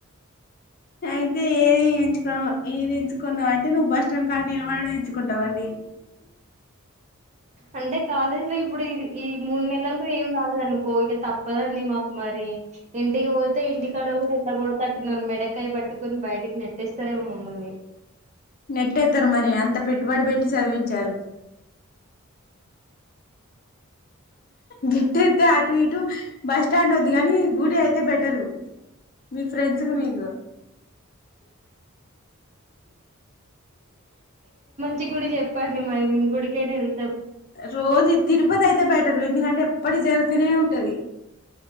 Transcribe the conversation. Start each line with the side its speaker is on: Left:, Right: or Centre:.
Left: అయితే ఏది ఎంచుకో ఏది ఎంచుకున్నావు అంటే నువ్వు బస్ స్టాండ్ కాడ నిలవడు ఎంచుకుంటావండి
Right: అంటే కాలేజీ లో ఇప్పుడు ఇది ఈ మూడు నెలల్లో ఏం రాలేదనుకో ఇక తప్పదండి మాకు మరి ఇంటికి పోతే ఇంటికాడ గూడా ఎల్లగొడతాడ్ నన్ను మెడకాయ పట్టుకొని బయటికి నెట్టేస్తారేమో మమ్మల్ని
Left: నెట్టేత్తారు మరి అంత పెట్టుబడి పెట్టి చదివించారు గేట్టేత్తే అడ్ త్రీ టూ బస్ స్టాండ్ అద్దు గాని గుడి అయితే బెటరూ మీ ఫ్రెండ్స్ కు మీకు
Right: చి గుడి చెప్పండి మరి మేం గుడికైన వేల్
Left: రోజు తిరుపతి అయితే బెట్ ఎందుకంటే ఎప్పుటికి జరుగుతనే ఉంటది